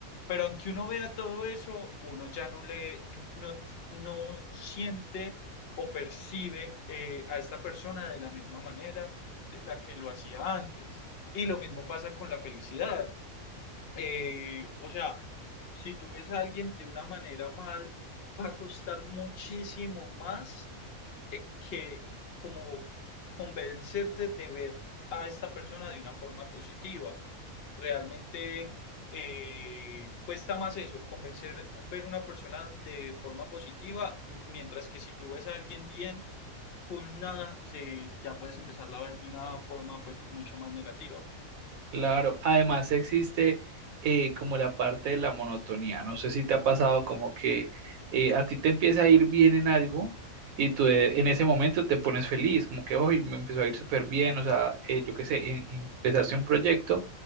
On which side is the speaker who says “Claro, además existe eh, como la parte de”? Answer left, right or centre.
Right